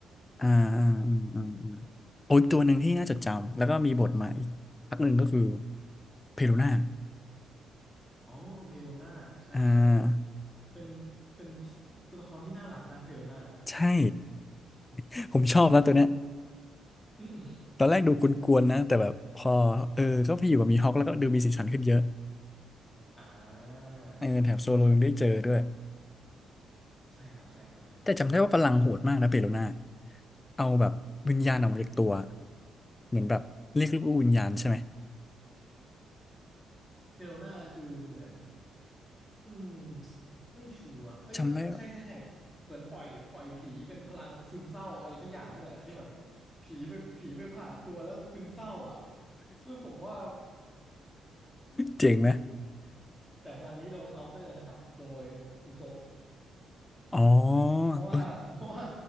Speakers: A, on the left; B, in the centre.
A: อ่าอ่าอืมอืมอืมโอ้ยตัวหนึ่งที่น่าจดจำแล้วก็มีบทมาอีกพักหนึ่งก็คือเพโรน่า
B: อ๋อเพโรน่าใช่ใช่
A: อ่า
B: เป็นเป็นตัวละครที่น่ารักนะเพโรน่า
A: ใช่ <laughs> ผมชอบนะตัวเนี้ย
B: อืม
A: ตอนแรกดูกวนๆนะแต่แบบพอเออก็ไปอยู่กับมีฮอคแล้วก็ดูมีสีสันขึ้นเยอะ
B: ๆอ่า
A: เออแถมโซโลยังได้เจอด้วย
B: ใช่ครับใช่ครับใช่ครับ
A: แต่จำได้ว่าพลังโหดมากนะเปโรน่าเอาแบบวิญญาณออกมาจากตัวเหมือนแบบเรียกลูกๆวิญญาณใช่ไหม
B: เพโรน่าคือเหมือน อืมไม่ชัวร์เอ้ยนั่นใช่ใช่ใช่
A: จำได้ว่า
B: เหมือนปล่อยปล่อยผีเป็นพลังซึมเศร้าอะไรสักอย่างนี่แหละที่แบบผีไปผีไปผ่านตัวแล้วซึมเศร้าอ่ะเวยผมว่า
A: เจ๋งไหม
B: แต่พลังนี้โดนเคาน์เตอร์นะครับโดยอุซบ
A: อ๋อ
B: เพราะว่า
A: เออ
B: <laughs> เพราะว่า